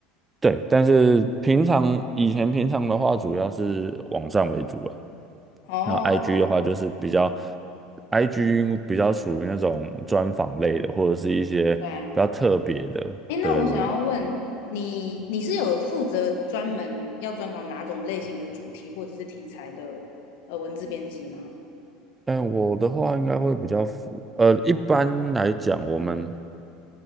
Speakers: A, on the right; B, on the left.
A: 对，但是平常以前平常的话，主要是网站为主了。
B: 哦，
A: 然后 IG 的话，就是比较 IG 比较属于那种专访类的，或者是一些比较特别的。
B: 明白。哎，那我想要问你，
A: 对对对。
B: 你是有负责专门要专访哪种类型的主题或者是题材的呃文字编辑吗？
A: 但我的话应该会比较符，呃，一般来讲，我们